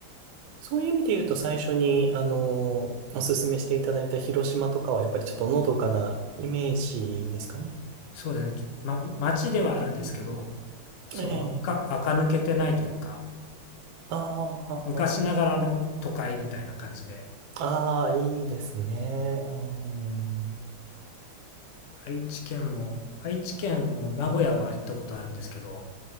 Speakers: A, on the right; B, on the left.
A: そういう意味で言うと最初に、あの、おすすめしていただいた広島とかはやっぱりちょっとのどかなイメージですかね。
B: そうですね。ま、街ではあるんですけど、
A: うん、
B: その垢、
A: ええ。
B: 垢抜けてないというか、
A: ああ、
B: 昔ながらの都会みたいな感じで、
A: ああ、いいですね。うん
B: 愛知県も、愛知県も名古屋は行ったことあるんですけど、